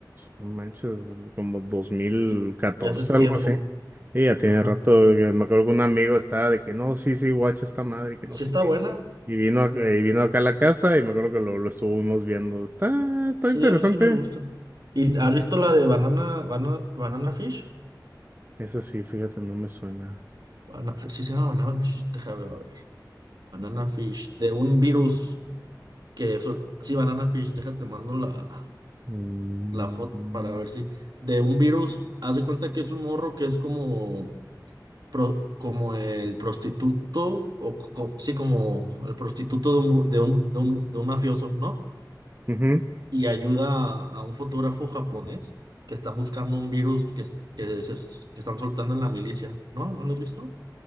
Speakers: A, on the right; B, on the right.
A: No manches, como dos mil
B: Ya,
A: catorce
B: ya hace tiempo.
A: algo así. Y ya tiene
B: Ajá.
A: rato, yo me acuerdo que un amigo estaba de que, no, sí, sí, watch esta madre, que no
B: Sí
A: sé
B: está
A: qué.
B: buena.
A: Y vino, ac- eh, y vino acá a la casa y me acuerdo que lo, lo estuvimos viendo. Está, está interesante.
B: Sí, a mí sí me gusta. ¿Y has visto la de Banana, Banana, Banana Fish?
A: Eso sí, fíjate, no me suena.
B: Bana- sí, se llama Banana Fish. Déjame ver. Banana Fish, de un virus que eso. Sí, Banana Fish, déjate, mando la,
A: Mm,
B: la foto para ver si. De un virus, haz de cuenta que es un morro que es como, pro- como el prostituto, o co- co- sí, como el prostituto de un, bu- de un, de un, de un mafioso, ¿no?
A: ujú.
B: y ayuda a, a un fotógrafo japonés que están buscando un virus que, est- que, se es- que están soltando en la milicia. ¿No? ¿No lo has visto?